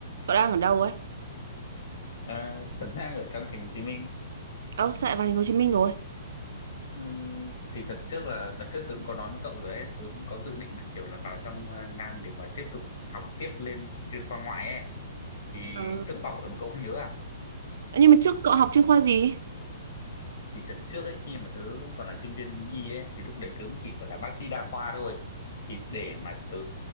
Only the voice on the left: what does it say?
À, Tuấn đang ở trong thành phố Hồ Chí Minh
Ừm, thì thật trước là đợt trước tớ cũng có nói với cậu rồi ấy tớ cũng có dự định là kiểu là vào trong à, Nam để mà tiếp tục học tiếp lên chuyên khoa ngoại ấy thì
tớ cứ bảo rồi mà cậu không nhớ à
thì đợt trước ấy khi mà tớ còn là sinh viên y ấy thì lúc đấy tớ mới chỉ gọi là bác sĩ đa khoa thôi thì để mà tớ